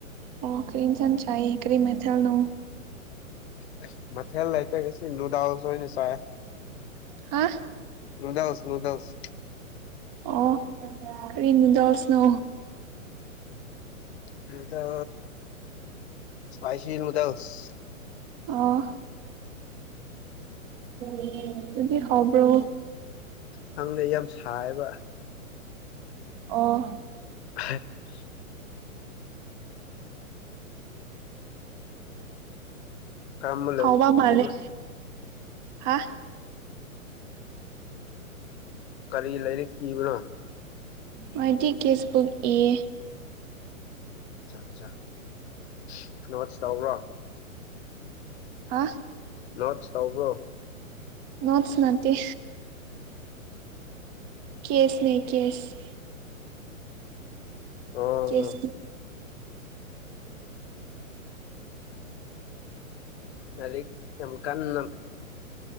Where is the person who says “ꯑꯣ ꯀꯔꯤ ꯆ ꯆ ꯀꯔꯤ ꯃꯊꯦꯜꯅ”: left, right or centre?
Right